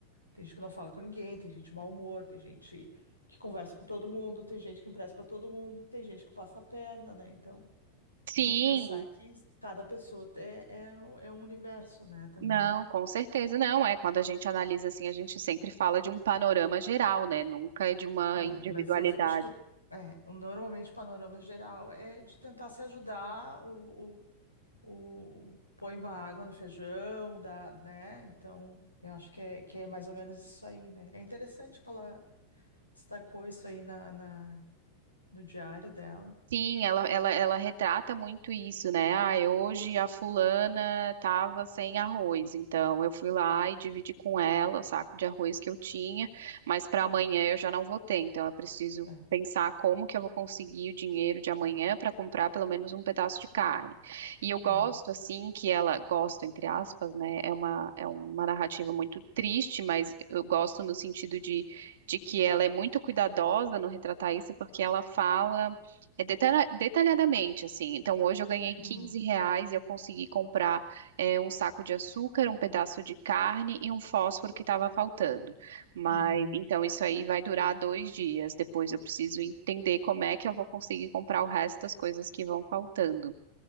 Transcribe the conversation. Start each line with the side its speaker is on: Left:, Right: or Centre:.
Left: tem gente que não fala com ninguém, tem gente de mau humor, tem gente que conversa com todo mundo, tem gente que empresta para todo mundo, tem gente que passa a perna, né? Então
Right: Sim,
Left: Tem que pensar que cada pessoa é, é, um- é um universo, né, também.
Right: Não, com certeza não. É quando a gente analisa assim, a gente sempre fala de um panorama geral, né? Nunca é de uma
Left: É,
Right: individualidade.
Left: é, mas eu vejo que o- é, o- normalmente o panorama geral é de tentar se ajudar, o, o, o- põe uma água no feijão, dá, né? Então, eu acho que é, que é mais ou menos isso aí, né? É interessante que ela destacou isso aí na, na- no diário dela.
Right: Sim, ela, ela, ela retrata muito isso, né? Ah, hoje a fulana tava sem arroz, então eu fui lá e dividi com ela o saco de arroz que eu tinha, mas para amanhã eu já não vou ter, então eu preciso
Left: É,
Right: pensar como que eu vou conseguir o dinheiro de amanhã para comprar pelo menos um pedaço de carne. E eu gosto
Left: é.
Right: assim que ela gosto entre aspas, né? É uma é uma narrativa muito triste, mas eu gosto no sentido de de que ela é muito cuidadosa no retratar isso, porque ela fala é detalha- detalhadamente, assim. Então, hoje eu ganhei 15
Left: Uhum,
Right: reais e eu consegui comprar é, um saco de açúcar, um pedaço de carne e um fósforo que estava faltando. Mas,
Left: uhum,
Right: então, isso aí vai durar dois dias. Depois eu preciso entender como é que eu vou conseguir comprar o resto das coisas que vão faltando.